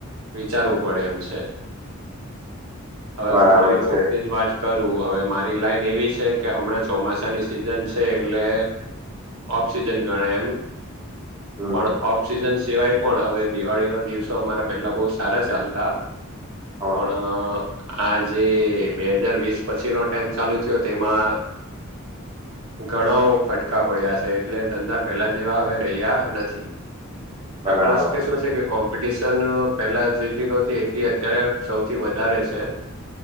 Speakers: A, on the right; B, on the right.
A: વિચારવું પડે એમ છે, હવે
B: બરાબર
A: હું મારી
B: છે
A: પોતે જ વાત હવે મારી લાઈન એવી છે, કે હમણાં ચોમાસાની સિઝન છે એટલે ઓફસીજન ગણાય એમ
B: હમ
A: પણ ઓફસીજન સિવાય પણ હવે દિવાળી ના દિવસો અમારા પેલા બો સારા ચાલતા પણ
B: હા
A: આજે બે હજાર વીસ પછી નો ટાઈમ ચાલુ થયો તેમાં
B: <inaudible>
A: ઘણઓ ફટકા પડ્યા છે, એટલે ધંધા પેલા જેવા હવે રહ્યા નથી
B: બરાબર
A: પ્લસ કે શું છે કે કોમ્પિટિશન પેલા જેટલી નહોતી એટલી અત્યારે સૌથી વધારે છે